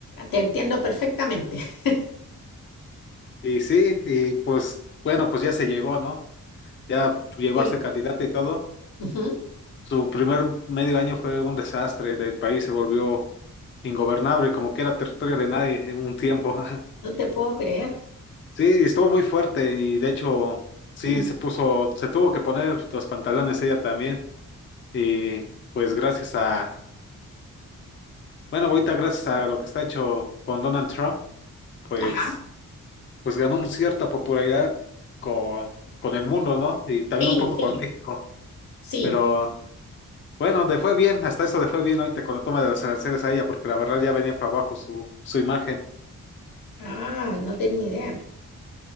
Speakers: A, on the left; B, on the left.
A: te entiendo perfectamente. <laughs>
B: Y sí, y pues, bueno, pues ya se llegó, ¿no? Ya llegó
A: Sí.
B: a ser candidata y todo.
A: Ujú,
B: Su primer medio año fue un desastre, el país se volvió ingobernable, como que era territorio de nadie en un tiempo. <laughs>
A: No te puedo creer.
B: Sí, estuvo muy fuerte y de hecho sí
A: <clears throat>
B: se puso, se tuvo que poner los pantalones ella también. Y pues gracias a, bueno, ahorita gracias a lo que está hecho con Donald Trump, pues,
A: Ajá.
B: pues ganó una cierta popularidad con, con el mundo, ¿no? Y también
A: Sí,
B: un poco
A: sí.
B: con México.
A: Sí.
B: Pero Bueno, le fue bien, hasta eso le fue bien ahorita con la toma de los aranceles a ella, porque la verdad ya venía para abajo su, su imagen.
A: Ah, no tenía idea.